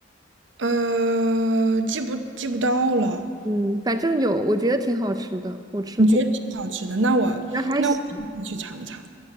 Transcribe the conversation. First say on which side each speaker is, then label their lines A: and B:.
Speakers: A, on the right; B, on the right.
A: 呃，记不记不到了？
B: 嗯，反正有，我觉得挺好吃的，我吃过，
A: 你觉得挺好吃的，那我那我一定去尝尝
B: 那还行，